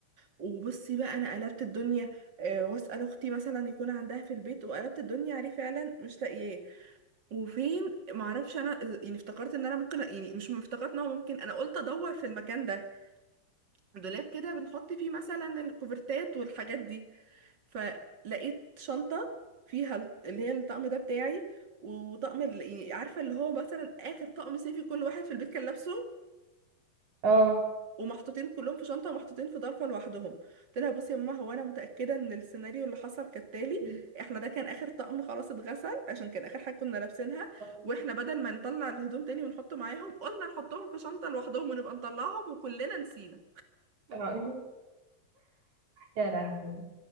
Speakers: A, on the right; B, on the right.
A: وبصي بقى انا قلبت الدنيا آه، واسال اختي مثلا يكون عندها في البيت وقلبت الدنيا عليه فعلا مش لاقياه وفين معرفش انا آه، يعني افتكرت ان انا ممكن يعني مش افتكرت ان هو ممكن انا قلت ادور في المكان ده دولاب كده بنحط فيه مثلا الكوفرتات والحاجات دي فلقيت شنطة فيها ال- اللي هي الطقم ده بتاعي وطقم ال- يعني عارفة اللي هو مثلا آخر طقم صيفي كل واحد في البيت كان لابسه
B: اه
A: ومحطوطين كلهم في شنطة ومحطوطين في ظرفة لوحدهم قلت لها بصي يا ماما هو أنا متأكدة إن السيناريو اللي حصل كالتالي
B: <laughs>
A: احنا ده كان آخر طقم خلاص اتغسل عشان كان آخر حاجة كنا لابسينها
B: اه
A: واحنا بدل ما نطلع الهدوم تاني ونحطه معاهم قلنا نحطهم في شنطة لوحدهم ونبقى نطلعهم وكلنا نسينا
B: آه. يا لهوي